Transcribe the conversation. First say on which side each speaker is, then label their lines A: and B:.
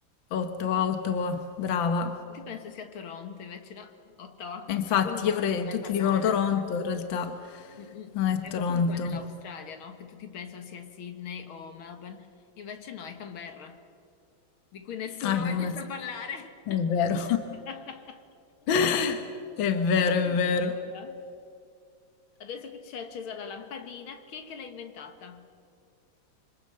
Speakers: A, on the left; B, on the left.
A: Ottawa, Ottawa, brava.
B: Tutti pensano sia Toronto, invece no, Ottawa.
A: E infatti,
B: Poi ne
A: io avrei-
B: senti mai
A: tutti
B: parlare.
A: dicono Toronto, in realtà
B: Mm-mm.
A: non è
B: È
A: Toronto.
B: un po' come quella dell'Australia, no? Che tutti pensano sia Sydney o Melbourne, invece no, è Canberra, di cui nessuno
A: Ah,
B: ha
A: che
B: mai sentito
A: bel-
B: parlare.
A: È vero.
B: <laughs>
A: <laughs> È vero,
B: Allora,
A: è vero.
B: adesso che c'è accesa la lampadina, chi è che l'ha inventata?